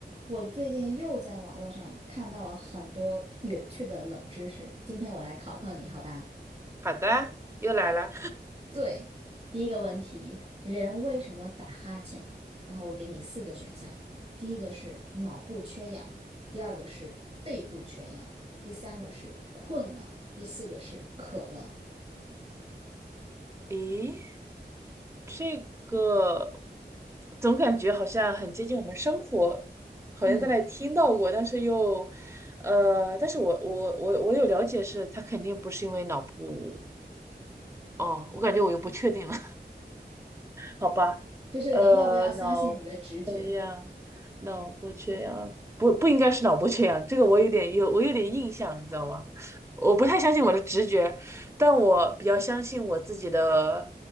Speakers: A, on the right; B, on the right.
A: 我最近又在网络上看到了很多有趣的冷知识，今天我来考考你，好吧？
B: 好的，又来了。
A: 对，第一个问题，人为什么打哈欠？然后我给你四个选项，第一个是脑部缺氧，第二个是肺部缺氧，第三个是困了，第四个是渴了。
B: 咦，这个总感觉好像很接近我们生活，好像在哪里听到过，
A: 嗯，
B: 但是又，呃，但是我我我我有了解是，他肯定不是因为脑部哦，我感觉我又不确定了。好吧，
A: 就是你要不要相信你的直觉？
B: 呃，脑缺氧，脑部缺氧，不不应该是脑部缺氧，这个我有点有我有点印象，你知道吗？我不太相信我的直觉，但我比较相信我自己的